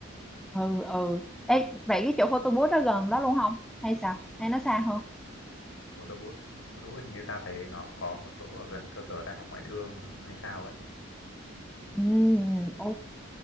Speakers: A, in the centre; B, on the left.
A: ừ ừ Ê, vậy cái chỗ photo booth đó gần đó luôn không hay sao hay nó xa hơn
B: Cô đỗ bút cô đỗ bút hình như ta thấy nó có một chỗ ở gần cơ sở đại học ngoại thương hay sao ấy
A: Ừm, ok